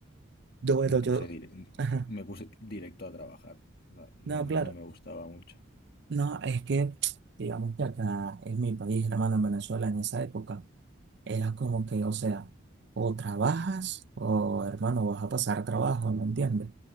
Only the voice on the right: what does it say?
Yo, bueno,
yo,
ajá,
no,
claro,
no, es que, <tsk> digamos que acá en mi país, hermano, en Venezuela, en esa época, era como que, o sea, o trabajas o, hermano, vas a pasar trabajo, ¿me entiendes?